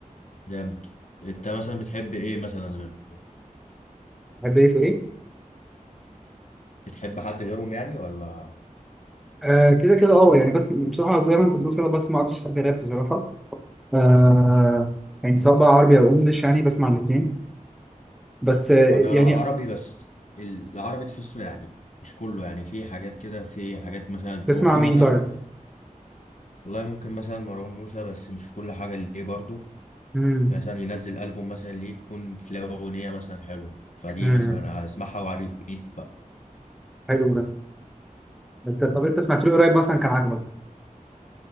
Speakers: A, on the left (about 60°); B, in the centre.
A: جامد انت مثلا بتحب ايه مثلا غير-
B: بحب ايه في ايه
A: بتحب حد غيرهم يعني ولا
B: آه كده كده اه يعني بس بصراحه زي ما انت بتقول كده بسمع اكتر حاجه راب بصراحه آه يعني سواء بقى عربي او انجلش يعني بسمع الاثنين بس آه،
A: انا
B: يعني
A: لا عربي بس ال- العربي تحسه يعني مش كله يعني في حاجات كده في حاجات مثلا
B: تسمع
A: ممكن
B: مين
A: مثلا
B: طيب؟
A: والله ممكن مثلا مروان موسى بس مش كل حاجة ليه برضه
B: امم
A: مثلا ينزل ألبوم مثلا ليه يكون تلاقي أغنية مثلا حلوة فدي
B: امم
A: مثلا أسمعها وعلى الريبيت بقى
B: حلو ده بس طب انت سمعت له إيه قريب مثلا كان عجبك